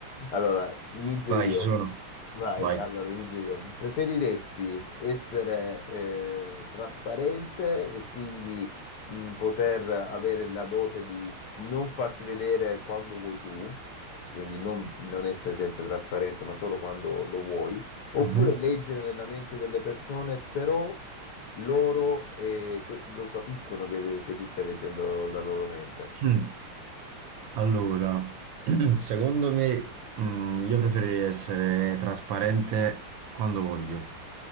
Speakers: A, on the left; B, on the right.
A: Allora, inizio
B: Vai,
A: io.
B: ci sono.
A: Vai,
B: Vai.
A: allora inizio io. Preferiresti essere eh, trasparente e quindi mm, poter avere la dote di non farti vedere quando vuoi tu, quindi non, non essere sempre trasparente, ma solo quando lo vuoi, oppure
B: Mhm.
A: leggere nella mente delle persone, però loro eh, que- lo capiscono che se tu stai leggendo la loro mente.
B: Mm. Allora, mm, secondo me, mm, io preferirei essere trasparente quando voglio.